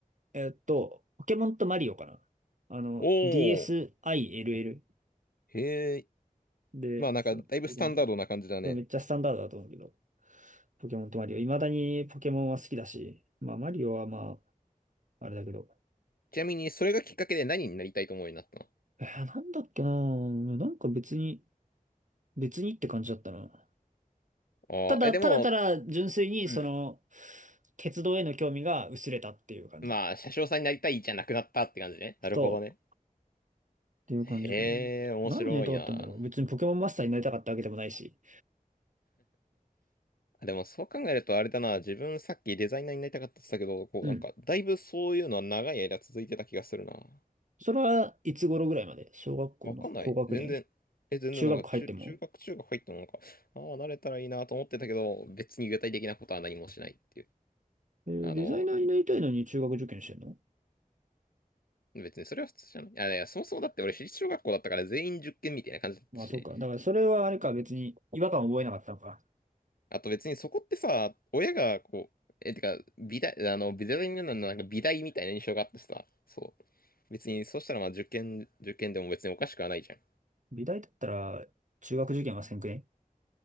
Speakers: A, on the right; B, on the left.
A: えっと、ポケモンとマリオかな。あの、
B: おー。
A: DSiLL
B: へえ。
A: で、
B: まあなんか、
A: そう、
B: だいぶスタンダードな感じだね。
A: ポケモンと、そうめっちゃスタンダードだと思うけど、ポケモンとマリオ。未だにポケモンは好きだし、まあマリオはまあ、あれだけど。
B: ちなみに、それがきっかけで何になりたいと思うようになったの
A: えーなんだっけなぁ。なんか別に、別にって感じだったな。
B: ああー、
A: ただ、
B: え、でも、
A: ただただ純粋にその、
B: うん。
A: 鉄道への興味が薄れたっていう感じ。
B: まあ、車掌さんになりたいじゃなくなったって感じね。なるほどね。
A: そう。ていう感じかな。
B: へえ、面白いな。
A: 何になりたかったんだろう。別にポケモンマスターになりたかったわけでもないし。
B: でもそう考えるとあれだな、自分さっきデザイナーになりたかったって言ったけど、こうなんかだいぶそういうのは長い間続いてた気がするな。
A: うん。それはいつ頃ぐらいまで小学校の高学年
B: わかんない。全然、え、全然なんか中、
A: 中学入っても
B: 中学、中学入ってもなんか、ああ、慣れたらいいなと思ってたけど、別に具体的なことは何もしないっていう。
A: えーデザイナーになりたいのに中学受験してんの
B: あの、別にそれは普通じゃない。あ、いや、そもそもだって俺私立小学校だったから全員受験みたいな感じだったし、
A: まあそうか。だからそれはあれか別に違和感を覚えなかったのか。
B: あと別にそこってさ、親がこう、え、てか、美大、あの、美大なのなんか美大みたいな印象があってさ、そう。別に、そうしたらまあ受験、受験でも別におかしくはないじゃん。
A: 美大だったら中学受験はせんくね